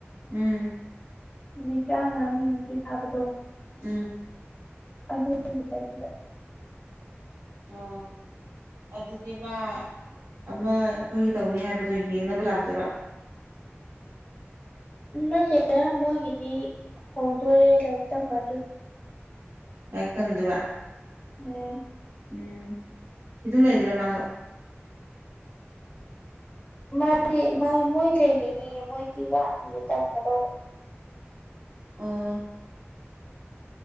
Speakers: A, on the right; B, on the left.
A: ꯎꯝ
B: ꯅꯨꯃꯤꯠ ꯇꯔꯥꯃꯉꯥꯅꯤꯃꯨꯛꯇꯤ ꯊꯥꯕꯗꯣ
A: ꯎꯝ
B: ꯑꯗꯨ ꯆ ꯊ
A: ꯑꯣ ꯑꯗꯨꯗꯤꯤꯃ ꯑꯃ ꯑꯩꯈꯣꯏꯒꯤ ꯇꯧꯅꯤ ꯍꯥꯏꯕꯗꯣ ꯌꯦꯡꯅꯕ ꯂꯥꯛꯇꯣꯏꯔꯥ
B: ꯅꯠꯇꯦꯗ ꯃꯣꯏꯒꯤꯗꯤ ꯍꯧꯣꯡꯗꯣꯔꯦ ꯂꯥꯏꯔꯤꯛ ꯇꯝꯕ ꯑꯗꯨꯒꯤ
A: ꯌꯥ ꯇꯝꯗꯨꯕ
B: ꯎꯝ
A: ꯎꯝ ꯁꯤ ꯑꯗꯨꯝ ꯂꯩꯗ꯭ꯔꯥ ꯃꯥꯁꯨ
B: ꯃꯥꯗꯤ ꯃꯣꯏ ꯂꯩꯒꯅꯤ ꯃꯣꯏꯗꯤ ꯋꯥꯠꯂꯤꯌꯦ ꯇꯝꯒꯗꯧꯕ
A: ꯑ